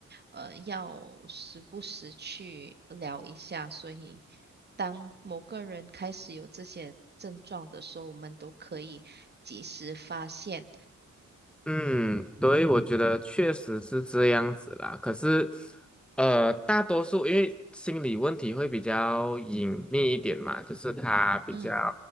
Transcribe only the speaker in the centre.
嗯，对，我觉得确实是这样子啦。可是，呃，大多数因为心理问题会比较隐秘一点嘛，就是他比较